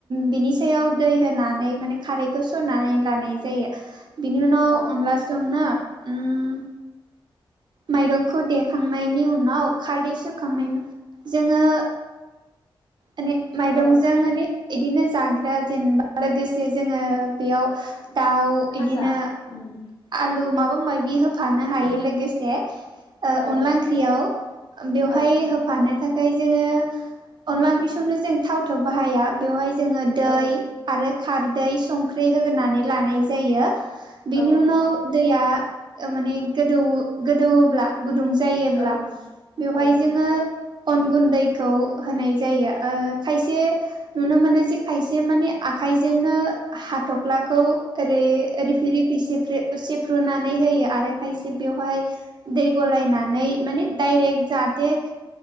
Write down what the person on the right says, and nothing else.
बिनि सायाव
दै होना नै माने खारैखौ सरनानै लानाय जायो। बिनि उनाव
अनलासो संना उम माइरंखौ देखांनायनि उनाव खारदै सोखांनायनि जोङो माने माइरंजों
माने बिदिनो जाग्रा जेनेबा लोगोसे जोङो बेयाव दाउ
बिदिनो
आलु माबा मायबि होफानो हायो लोगोसे ओ
अनला ओंख्रियाव बेवहाय
होफानो थाख खाय जोङो अनला
ओंख्रि संनो जों थावथ' बाहाया बेवहाय जोङो दै
आरो खारदै संख्रै होग्रोनानै लानाय जायो बेनि
उनाव दैया माने गोदौ गोदौवोब्ला गुदुं जायोब्ला
बेवहाय जोङो अन गुन्दैखौ होनाय जायो ओ खायसे नुनो मोनो जे खायसे माने आखाइजोंनो हाथफ्लाखौ ओरै रिफि रिफि सेफ्रे-सेफ्रुनानै होयो आरो खायसे बेवहाय दै गलायनानै माने डायरेक्ट जाहाथे